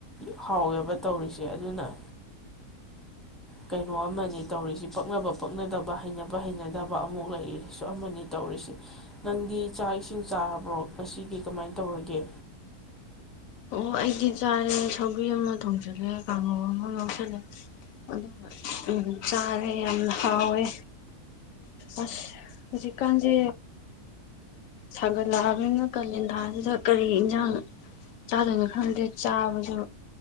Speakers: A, in the centre; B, on the left.
A: ꯍꯥꯎꯋꯦꯕ ꯇꯧꯔꯤꯁꯦ ꯑꯗꯨꯅ ꯀꯩꯅꯣ ꯑꯃꯅꯤ ꯇꯧꯔꯤꯁꯤ ꯄꯛꯅꯕ ꯄꯛꯅꯗꯕ ꯍꯩꯅꯕ ꯍꯩꯅꯗꯕ ꯑꯃꯨꯛ ꯂꯩꯔꯤꯁꯨ ꯑꯃꯅꯤ ꯇꯧꯔꯤꯁꯤꯦ ꯅꯪꯗꯤ ꯆꯥꯛ ꯏꯁꯤꯡ ꯆꯥꯔꯕ꯭ꯔꯣ ꯃꯁꯤꯗꯤ ꯀꯃꯥꯏꯅ ꯇꯧꯔꯒꯦ
B: ꯑꯣ ꯑꯩꯗꯤ ꯆꯥꯔꯦ ꯁꯧꯒ꯭ꯔꯤ ꯑꯃ ꯊꯣꯡꯁꯤꯜꯂꯦ ꯀꯥꯡꯉꯧ ꯑꯃ ꯉꯎꯁꯜꯂꯦ ꯑꯗꯨꯒ ꯆꯥꯔꯦ ꯌꯥꯝ ꯍꯥꯎꯋꯦ ꯑꯁ ꯍꯧꯖꯤꯛꯀꯥꯟꯁꯦ ꯁꯥꯒꯠꯂꯛꯑꯕꯅꯤꯅ ꯀꯥꯂꯦꯟꯊꯥꯁꯤꯗ ꯀꯔꯤ ꯌꯦꯟꯁꯥꯡ ꯆꯥꯗꯣꯏꯅ ꯈꯪꯗꯦ ꯆꯥꯕꯁꯨ